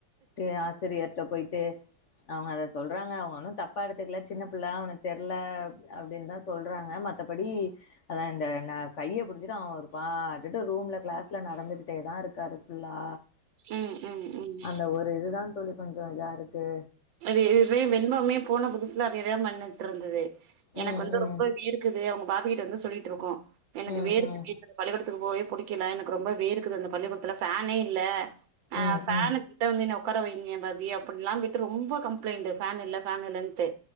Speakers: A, on the left (about 65°); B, on the right (about 85°).
A: ட்டு ஆசிரியர்ட்டு போயிட்டு அவங்க அத சொல்றாங்க அவங்க ஒன்னு தப்பா எடுத்துக்கல சின்ன பிள்ள அவனுக்கு தெரல அப்படின்னு தா சொல்றாங்க ம மத்தபடி அதா இந்த நா கைய புடிச்சுட்டு அவ பாட்டுட்டு ரூம்ல கிளாஸ்ல நடந்து டே தா இருக்காரு புல்லா
B: ம் ம் ம்
A: அந்த ஒரு இதுதா தோளி கொஞ்சு இதா இருக்கு
B: அது இதுவே வெண்பமே போன புதுசுல அதேயாத பன்னிட்டு இருந்தது எனக்கு
A: ம்,
B: வந்து
A: ம்.
B: ரொம்ப வேர்க்குது அவங்க பாபிகிட்ட வந்து சொல்லிட்டு இருக்கு எனக்கு
A: ம்,
B: வேர்குது
A: ம்.
B: பள்ளிகூடத்துல க்கு போகவே புடிக்கல எனக்கு ரொம்ப வேர்க்குது அந்த பள்ளிக்கூடத்துல ஃபனே இல்ல ஆ
A: ம்,
B: ஃபேன்னு
A: ம்.
B: கிட்ட வந்து என்ன க்கற வையிங்க பாபி அப்படில்லா ரொம்ப கம்ப்ளைண்ட்டு ஃபேன் இல்ல ஃபேன் இல்லன்ட்டு